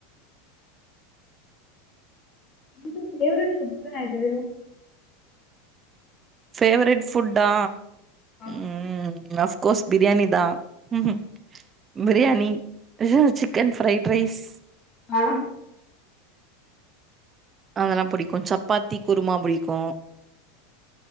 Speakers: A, on the left (about 20°); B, on the right (about 15°).
A: இங்க ஃபேவரைட் ஃபுட்னா எது
B: ஃபேவரெட் ஃபுட்டா
A: ஆ
B: ம் மஸ் கோர்ஸ் பிரியாணி தா ம் biryani grill chicken fried rice
A: அ
B: அதெல்லா புடிக்கும் சப்பாத்தி குருமா புடிக்கும்